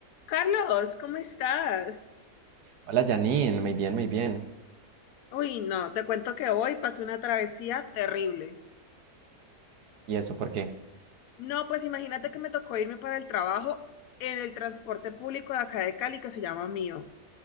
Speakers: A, on the left; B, on the right.
A: Carlos, ¿cómo estás?
B: Hola Janine, muy bien, muy bien.
A: Uy, no, te cuento que hoy pasé una travesía terrible.
B: ¿Y eso por qué?
A: No, pues imagínate que me tocó irme para el trabajo en el transporte público de acá de Cali que se llama Mío.